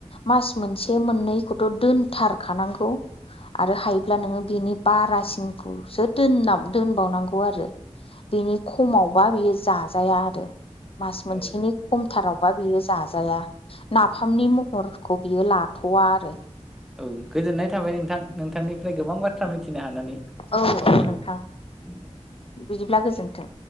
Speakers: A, on the left; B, in the centre.
A: मास मोनसे मोननैखौथ' दोनथारखानांगौ। आरो हायोब्ला नोङो बेनि बारासिनखौसो दोन दोनबावनांगौ। खौ आरो बिनि खमावबा बियो जा जाया आरो मास मोनसेनि
B: औ
A: खमथारावबा बियो जाजाया जाया नाफामनि महरखौ बियो लाथ'वा आरो।
B: औ गोजोननाय थाबाय नोंथां नोंथांनिफ्राय गोबां बाथ्रा मिथिनो हानानै
A: औ नोंथां
B: बि
A: बिदिब्ला गोजोन्थों।